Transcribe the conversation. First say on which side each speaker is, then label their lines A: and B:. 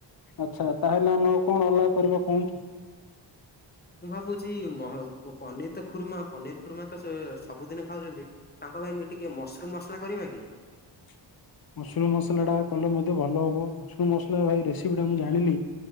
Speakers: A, on the left; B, on the left.
A: ଆଚ୍ଛା ତାହେଲେ ଆମେ ଆଉ କଣ ଅଲଗା କରିବା କୁହନ୍ତୁ?
B: ମୁଁ ଭାବୁଛି ମହ ପନିର ତ ଖୁରୁମା, ପନିର ଖୁରୁମା ସ ସବୁଦିନ ଖାଉଛନ୍ତି ତାଙ୍କ ହଁ ଭାଇନା ଟିକେ ମସରୁମ୍‌ମସଲା କରିବା କି?
A: ହଁ ମସୁରୁମ୍‌ମସଲା ଟା କଲେ ମଧ୍ୟ ଭଲ ହେବ ମସୁରୁମ୍ ମସଲା ଭାଇ ରେସିପି ଟା ମୁଁ ଜାଣିନି।